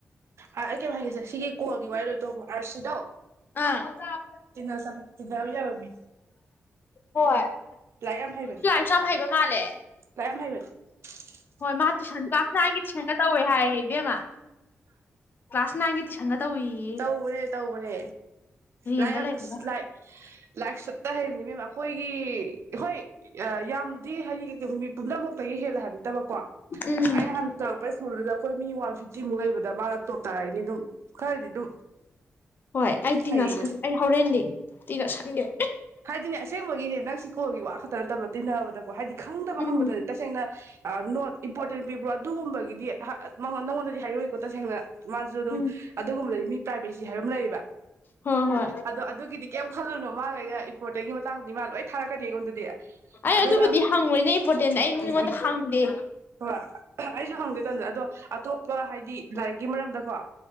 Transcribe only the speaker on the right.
ꯑ ꯑꯩ ꯀꯩꯅꯣꯝ ꯍꯥꯏꯒꯦꯁꯦ ꯁꯤꯒꯤ ꯀꯣꯜꯒꯤ ꯋꯥꯔꯤ ꯂꯣꯏ ꯇꯣꯛꯈ꯭ꯔꯣ ꯑꯥꯔꯁꯤꯗꯣ
ꯇꯤꯟꯅꯁꯜꯂꯣ ꯇꯤꯟꯅꯕ ꯌꯥꯕ ꯃꯤ
ꯂꯥꯏꯛ ꯌꯥꯝ ꯍꯩꯕꯅꯦ <unintelligible> <inaudible>
ꯂꯥꯏꯛ ꯌꯥꯝ ꯍꯩꯕꯅꯦ <unintelligible>
ꯇꯧꯒ꯭ꯔꯦ ꯇꯧꯒ꯭ꯔꯦ
ꯂꯥꯏꯛ ꯌꯥꯝ
ꯑꯁ ꯂꯥꯏꯛ <unintelligible> ꯂꯥꯏꯛ ꯁꯨꯠꯇ ꯍꯩꯕꯅꯤ ꯏꯕꯦꯝꯃ ꯑꯩꯈꯣꯏꯒꯤ ꯍꯣꯏ ꯌꯥꯝꯗꯤ ꯍꯌꯦꯡ ꯃꯤ ꯄꯨꯝꯅꯃꯛꯇꯒꯤ ꯍꯦꯜꯂꯦ ꯍꯥꯏꯕ ꯅꯠꯇꯕꯀꯣ
ꯑꯩꯅ ꯍꯥꯟ ꯇꯧꯔꯛꯄ ꯁ꯭ꯀꯨꯜꯗꯨꯗ ꯑꯩꯈꯣꯏ ꯃꯤ ꯋꯥꯟ ꯐꯤꯐꯇꯤꯃꯨꯛ ꯂꯩꯕꯗ ꯃꯥꯅ ꯇꯣꯞ ꯇꯥꯔꯛꯏꯅꯤ ꯑꯗꯨꯝ ꯈꯔꯗꯤ ꯑꯗꯨꯝ
ꯍꯩꯕꯅꯦ
ꯍꯥꯏꯗꯤꯅꯦ ꯑꯁꯦꯡꯕꯒꯤꯅꯦ ꯅꯪ ꯁꯤ ꯀꯣꯜꯒꯤ ꯋꯥ ꯈꯛꯇ ꯅꯠꯇꯕ ꯇꯤꯟꯅꯕꯗꯀꯣ ꯍꯥꯏꯗꯤ ꯈꯪꯗꯕ ꯍꯪꯕꯗꯗꯤ
ꯇꯁꯦꯡꯅ ꯅꯣꯠ ꯏꯝꯄꯣꯔꯇꯦꯟ ꯄꯤꯕ꯭ꯔꯣ ꯑꯗꯨꯒꯨꯝꯕꯒꯤꯗꯤ ꯅꯪꯉꯣꯟꯗꯗꯤ ꯍꯥꯏꯔꯛꯑꯣꯏꯀꯣ ꯇꯁꯦꯡꯅ ꯃꯥꯖꯨ ꯑꯗꯨꯝ
ꯑꯗꯨꯒꯨꯝꯕꯗꯗꯤ ꯃꯤ ꯄ꯭ꯔꯥꯏꯚꯦꯁꯤ ꯍꯥꯏꯕ ꯑꯃ ꯂꯩꯌꯦꯕ
ꯑꯗꯣ ꯑꯗꯨꯒꯤꯗꯤ ꯀꯩꯝ ꯈꯜꯂꯨꯅꯨ ꯃꯥꯥꯒ ꯑꯩꯒ ꯉꯩꯒ ꯏꯝꯄꯣꯔꯇꯦꯟꯒꯤ ꯃꯇꯥꯡꯗꯗꯤ ꯃꯥ ꯂꯣꯏ ꯊꯥꯔꯛꯀꯅꯤ ꯑꯩꯉꯣꯟꯗꯗꯤ
ꯑꯗꯨꯒ
ꯎꯝ ꯎꯝ
ꯍꯣꯏ ꯑꯩꯁꯨ ꯍꯪꯗꯣꯏ ꯇꯣꯝꯗ ꯑꯗꯣ ꯑꯇꯣꯞꯄ ꯍꯥꯏꯗꯤ ꯂꯥꯏꯔꯤꯛꯀꯤ ꯃꯔꯝꯗꯀꯣ